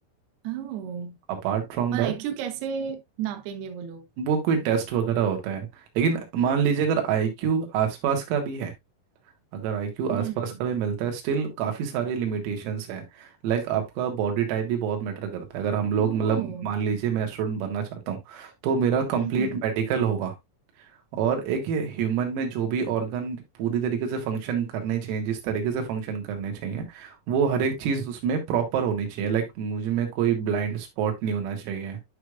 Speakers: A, on the right; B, on the right.
A: ओ
B: अपार्ट फ्रॉम
A: और
B: दैट
A: आईक्यू कैसे नापेंगे वो लोग
B: वो कोई टेस्ट वगैरह होता है लेकिन मान लीजिए अगर आईक्यू आसपास का भी है अगर आईक्यू
A: हम्म
B: आसपास का भी मिलता है स्टिल काफ़ी सारे लिमिटेशंस हैं लाइक आपका बॉडी टाइप भी बहुत मैटर करता है अगर हम लोग
A: ओ
B: मतलब मान लीजिए मैं एस्ट्रोनॉट बनना चाहता हूँ तो मेरा कंप्लीट
A: हम्म हम्म
B: मेडिकल होगा और एक ये ह्यूमन में जो भी ऑर्गन पूरी तरीके से फंक्शन करने चाहिए जिस तरीके से फंक्शन करने चाहिए वो हर एक चीज़ उसमें प्रॉपर होनी चाहिए लाइक मुझे में कोई ब्लाइंड स्पॉट नहीं होना चाहिए